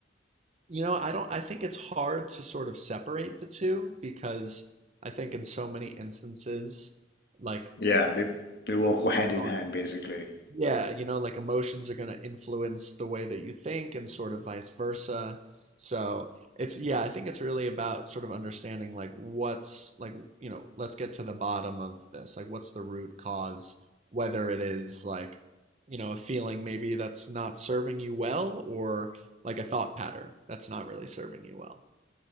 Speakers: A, on the right (about 35°); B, on the left (about 55°).
A: You know, I don't, I think it's hard to sort of separate the two because I think in so many instances, like,
B: Yeah, they they walk
A: s-
B: hand
A: are
B: in
A: going,
B: hand basically.
A: yeah, you know, like emotions are going to influence the way that you think and sort of vice versa. So it's, yeah, I think it's really about sort of understanding, like, what's, like, you know, let's get to the bottom of this. Like, what's the root cause, whether it is like, you know, a feeling maybe that's not serving you well or like a thought pattern that's not really serving you well.